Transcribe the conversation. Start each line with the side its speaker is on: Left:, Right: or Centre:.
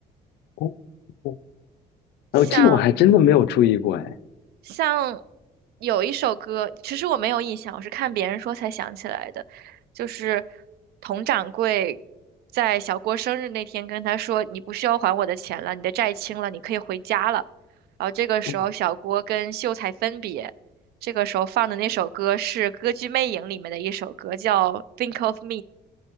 Left: 哦，哦，哦，
Right: 像
Left: 这个我还真的没有注意过，哎，
Right: 像有一首歌，其实我没有印象，我是看别人说才想起来的，就是佟掌柜在小郭生日那天跟他说：“你不需要还我的钱了，你的债清了，你可以回家了。”然后这个时候小郭跟秀才分别，
Left: 嗯
Right: 这个时候放的那首歌是《歌剧魅影》里面的一首歌，叫《Think of Me》。